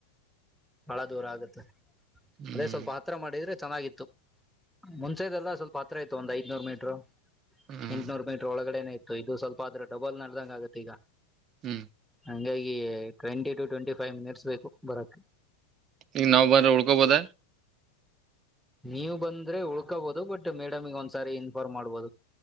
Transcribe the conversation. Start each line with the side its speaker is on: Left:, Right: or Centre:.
Centre: ಬಹಳ ದೂರ ಆಗತ್ತೆ
Right: ಹ್ಮ್
Centre: ಅದೇ ಸ್ವಲ್ಪ ಆಥರ ಮಾಡಿದ್ರೆ ಚೆನ್ನಾಗಿತ್ತು ಮುಂಚೆದೆಲ್ಲ ಸ್ವಲ್ಪ ಹತ್ರ ಇತ್ತು ಒಂದ್ ಐದ್ನೂರ್ ಮೀಟರು
Right: ಹ್ಮ್
Centre: ಎಂಟುೂರು ರೂಪಾಯಿ ಒಳಗೆ ಕಡೆನ ಇತ್ತು ಇದು ಸ್ವಲ್ಪ ಆದ್ರೆ ಡಬಲ್ ನಡ್ದಂಗ ಆಗುತ್ತೆ ಈಗ
Right: ಹ್ಮ್
Centre: ಹಂಗಾಗಿ twenty to twenty five minutes ಬೇಕು ಬರಕ್ಕೆೆ
Right: ಈಗ ನಾವವು ಬ್ರ ಉಳ್ಕೊಬೋದ
Centre: ನೀವು ಬಂದ್ರೆ ಉಳ್ಕೋಬಹದು ಬಟ್ ಮೇಡಮಿಗೆ ಒಂದ್ಸಾರಿ ಇನ್ಫಾರ್ಮ್ ಮಾಡ್ಬೋದು